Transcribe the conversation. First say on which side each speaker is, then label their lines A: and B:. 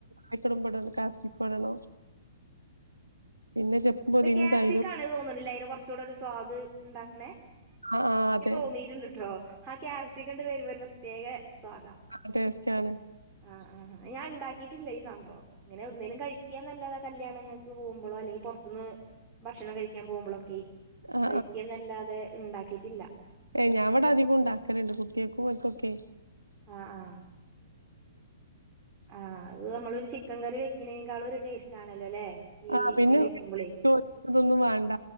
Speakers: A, on the right; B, on the right.
A: കേട്ടോ നമ്മ ക്യാപ്‌സിക്കം ട്ടാണോ പിന്നെ പൊതീനിം
B: അപ്പൊ ക്യാപ്സിക്ക
A: തൈരും
B: അനുതോന്നുണ്ടല്ലെ അതിന് കുറച്ചുകൂടെ ഒരു സ്വാദ് ഉണ്ടാക്കണേ
A: ആ ആ
B: എനിക്ക്
A: അതെ
B: തോന്നീട്ടുണ്ട് കേട്ടോ ആ ക്യാപ്‌സികമാങ്ങോട്ട് വരുപ്പോ ഒരു പ്രത്യേക സ്വാദാ.
A: ആ ടേസ്റ്റ് ആണ്
B: ആ ആ ഞാനുണ്ടാക്കിട്ട് ഇവിടെയില്ല ഈ സംഭവം ഇങ്ങനെ എവിടുത്തെലും കഴിക്കുകന്നല്ലതാ കല്യാണൾക്ക് പോകുമ്പോ അല്ലയെക്കിൽ പുറത്ത് പോകുമ്പോ പുറത്തുന്ന് ഭക്ഷണം കഴിക്കാൻ പോകുമ്പോളൊക്കെ
A: ആ
B: കഴിക്കുക എന്നല്ലാതെ ഉണ്ടാക്കിയിട്ടില്ല
A: ഏയ് ഞാൻ ഇവിടെ അധികം ഉണ്ടാക്കറുണ്ട് കുട്ടികൾക്കും ഒക്കൊക്കെ
B: ആഹ ആഹ ആ അത് നമ്മളൊരു ചി ചിക്കൻ കറി വെക്ക്നേക്കാളും ഒരു ടേസ്റ്റ് ആണല്ലോ ല്ലേ ഈ
A: ആ പിന്നെ
B: ഇങ്ങനെ വെക്കുമ്പളേ
A: ചോദിച്ചതൊന്നും വേണ്ട